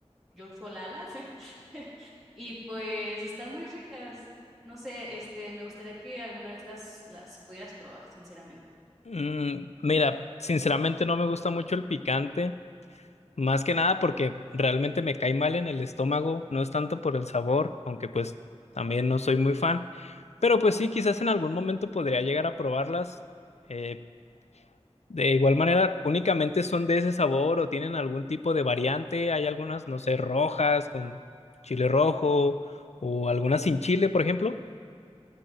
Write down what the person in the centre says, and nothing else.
Yo uso Lala <laughs> y pues están muy ricas. No sé, este, me gustaría que alguna vez las, las pudieras probar, sinceramente.